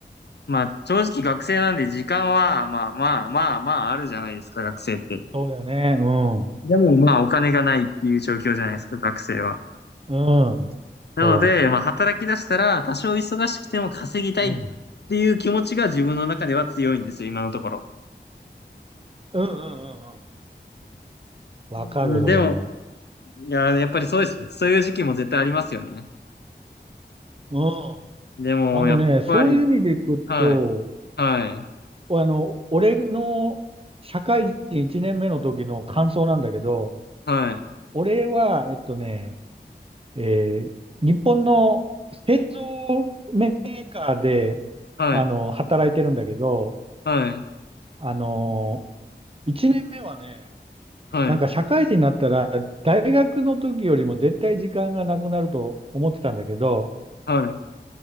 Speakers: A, on the left; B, on the right.
A: まあ、正直学生なんで時間は、まあまあまあまああるじゃないですか、学生って。
B: そうだよね。うん、
A: でもまあ、お金がないっていう状況じゃないですか、学生は。
B: うん。
A: なので、
B: そ
A: まあ、働き出したら、多少忙しくても稼ぎたいっ
B: う。うん。
A: ていう気持ちが自分の中では強いんですよ、今のところ。
B: うん、うん、うん、うん。わかる、
A: うんでも、
B: それも。
A: いやー、やっぱりそうですねそういう時期も絶対ありますよね。
B: うん。
A: でも、
B: あのね、
A: やっぱり、
B: そういう意味でいくと、
A: はい、はい、
B: あの、俺の社会人1年目の時の感想なんだけど、
A: はい、
B: 俺は、えっとね、えー日本の製造メーカーで、
A: はい、
B: あの、働いてるんだけど、
A: はい、
B: あの、一年目はね、
A: はい、
B: なんか社会人になったら、大学の時よりも絶対時間がなくなると思ってたんだけど、
A: はい、